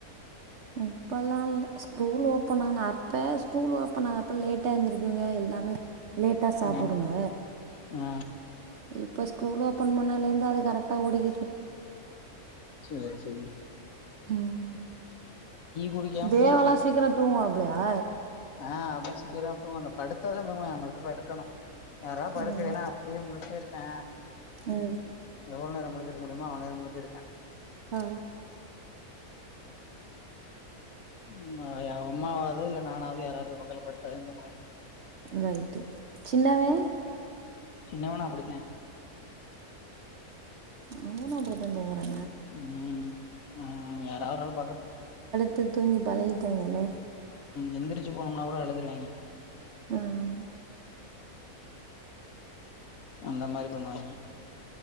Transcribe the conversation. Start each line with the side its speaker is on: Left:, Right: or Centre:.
Right: இப்பல்லா இல்ல ஸ்கூல் ஓப்பன் ஆனா இப்ப ஸ்கூல் ஓப்பன் ஆவுரப்ப லேட்டா எழுந்திரிக்குங்க எல்லாமே லேட்டா சாப்புடுங்க
Left: ம் ஆ
Right: இப்ப ஸ்கூல் ஓப்பன் பண்ணலேந்து அது கரெக்ட்டா ஓடிக்கிட்
Left: சேரி சேரி
Right: ம்
Left: குடிக்காம
Right: தேவாலா
Left: பிள்ளைகளுக்கு
Right: சீக்கரொ தூங்குவாப்புலயா
Left: ஆ அப்ப சீக்கரொ தூங்கணு படுத்தாதா தூங்குவா நம வந்து படுக்கணு யாரயா படுக்குலன்னா
Right: ம்
Left: அப்டியே முழிச்சிருப்பே
Right: ம்
Left: எவ்ளோ நேரொ முழிச் <unintelligible> முடியுமோ அவநேர முழிச்சி இருக்கே
Right: ஆ
Left: <unintelligible> அம்மாவ <unintelligible> நானாவது யாராவது போயி பக்கத்துல படுத்தாதா தூங்குவா
Right: ரைட்டு சின்னவே
Left: சின்னவெனு அப்டிதே
Right: அவங்களு அப்டி தா தூங்குறா
Left: ம் ம் யாரா ஒரு ஆள் பக்க
Right: த்து தூங்கி பழகி ட்டேங்கல்லே
Left: எந்துருச்சு போனோம்னா கூட அழுதுருவாய்ங்க
Right: அஹ்
Left: அந்த மாரி பண்ணுவாய்ங்க